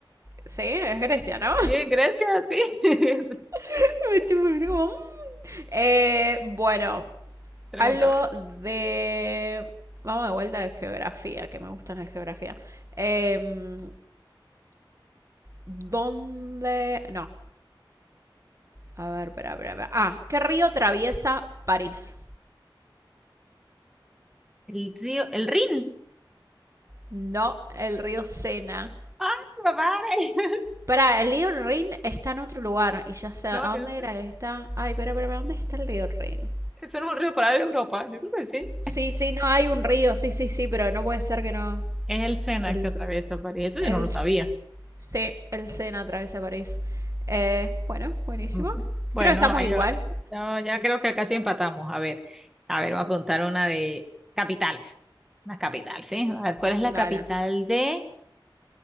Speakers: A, on the right; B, in the centre.
A: Sí, es Grecia, ¿no?
B: Sí, en Grecia, sí. <laughs>
A: <laughs> Estoy como, mm. Eh, bueno,
B: Pregúntame.
A: Algo de... Vamos de vuelta de geografía, que me gusta la geografía. Em, ¿dónde...? No. A ver, espera, espera, espera. Ah, ¿qué río atraviesa París?
B: El río, el Rin.
A: No, el río Sena.
B: ¡Ay, papá! <laughs>
A: Para, el río Rin está en otro lugar. Y ya sé, ¿a
B: No,
A: dónde
B: no sé.
A: era esta? Ay, espera, espera, espera, ¿dónde está el río Rin?
B: Eso no es un río para Europa. Yo creo que sí.
A: Sí, sí, no, hay un río, sí, sí, sí, pero no puede ser que no.
B: Es el Sena
A: El,
B: el que atraviesa París. Eso
A: el,
B: yo no lo sabía.
A: Sí, el Sena atraviesa París. Eh, bueno, buenísimo.
B: Mm. Bueno,
A: Creo que estamos
B: ahí
A: igual.
B: va. Ya, ya creo que casi empatamos. A ver, a ver, voy a preguntar una de capitales. Una capital, ¿sí? A ver, ¿cuál es
A: Dale.
B: la capital de...